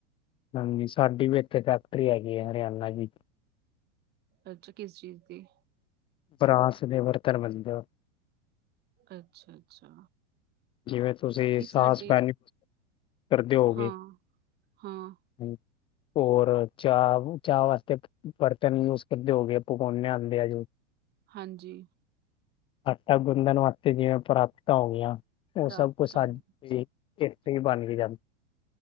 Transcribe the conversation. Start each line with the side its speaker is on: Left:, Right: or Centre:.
Left: ਹਾਂਜੀ ਸਾਡੀ ਵੀ ਇੱਥੇ ਫੈਕਟਰੀ ਹੈਗੀ ਹੈ ਹਰਿਆਣਾ ਦੀ
Right: ਅੱਛਾ ਕਿਸ ਚੀਜ਼ ਦੀ
Left: ਫਰਾਂਸ ਦੇ ਵਰਕਰ ਬਣ ਜਾਓ <unintelligible>
Right: ਅੱਛਾ ਅੱਛਾ
Left: ਜਿਵੇਂ ਤੁਸੀਂ
Right: ਨਹੀਂ
Left: ਸਾਸ
Right: ਸਾਡੇ
Left: ਪੇ <unintelligible> ਕਰਦੇ ਹੋਗੇ
Right: ਹਾਂ ਹਾਂ
Left: ਹ ਹੋਰ ਚਾਹ ਚਾਹ ਵਾਸਤੇ ਬਰਤਨ ਯੂਜ ਕਰਦੇ ਹੋਗੇ ਪਕੌਨੇ ਆਉਂਦੇ ਆ ਜੋ
Right: ਹਾਂਜੀ।
Left: ਆਟਾ ਗੁੰਦਣ ਵਾਸਤੇ ਜਿਵੇਂ ਪ੍ਰਾਤਾ ਹੋ ਗਈਆਂ
Right: ਪਰਾਤਾਂ
Left: ਉਹ ਸਭ ਕੁਛ ਸਾਡੇ ਇਥੋ ਹੀ ਬਣ ਕੇ ਜਾਂਦਾ